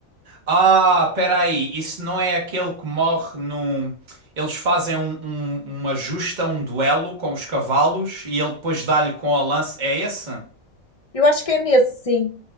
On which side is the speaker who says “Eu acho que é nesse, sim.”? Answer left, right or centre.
Left